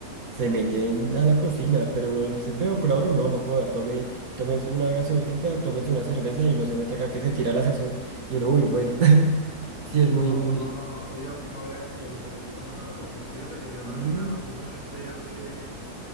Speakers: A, on the right (about 65°); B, on the left (about 20°).
A: se meten a la cocina, pero uno les dice, veo, colaboro, no, no joda, tome, tomes una gaseosita, tomes una cerveza y no se meta acá que se tira la sazón. Y uno, uy,
B: sí.
A: bueno, <laughs> sí,
B: Y
A: es
B: uno,
A: muy, muy,
B: uno, no, no, ellos no dejan que, que le metan mano a la cocina. Fíjate que yo
A: no,
B: también, ah, yo también soy así de que,